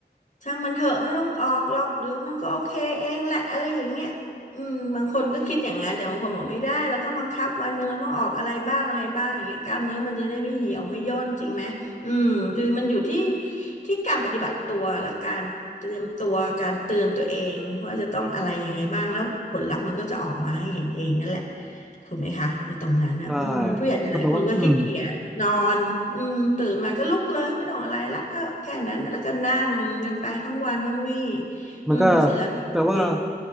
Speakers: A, on the left; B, in the centre.
A: ช่างมันเถอะไม่ต้องออกหรอกเดี๋ยวมันก็โอเคเองแหละอะไรอย่างเงี้ยอืมบางคนก็คิดอย่างนั้นแต่บางคนบอกไม่ได้เราต้องบังคับวันหนึงเราต้องออกอะไรบ้างอะไรบ้างอย่างเงี้ยกล้ามเนื้อมันจะได้ไม่เหี่ยวไม่ย่นจริงไหมอืมคือมันอยู่ที่ที่การปฏิบัติตัวและการเตรียมตัวการเตือนตัวเองว่าจะต้องอะไรยังไงบ้างแล้วผลลัพธ์มันก็จะออกมาให้เห็นเองนั่นแหละ ถูกไหมคะในตรงนั้นอ่ะอืมผู้ใหญ่หลายคนก็ขี้เกียจนอนอืมตื่นมาก็ลุกเลยไม่ต้องอะไรละก็แค่นั้นแล้วก็นั่งกันไปทั้งวันทั้งวี่
B: ได้ก็แปลว่าอืม
A: อืมเสร็จแล้วตอนเย็น
B: มันก็แต่ว่า